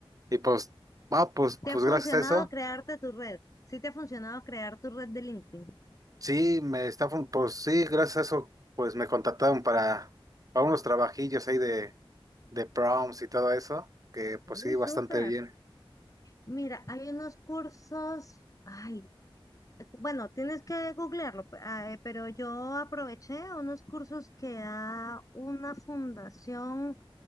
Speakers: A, on the right; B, on the left.
A: y pues, ah, pues,
B: ¿te
A: pues
B: ha funcionado
A: gracias a eso,
B: crearte tu red? Sí, te ha funcionado crear tu red de LinkedIn.
A: sí, me está, fun- pues sí, gracias a eso, pues me contactaron para, para unos trabajillos ahí de, de proms y todo eso, que pues
B: Uy,
A: sí, bastante
B: súper.
A: bien.
B: Mira, hay unos cursos, ay, bueno, tienes que googlearlo, pe- ah, eh, pero yo aproveché unos cursos que da una fundación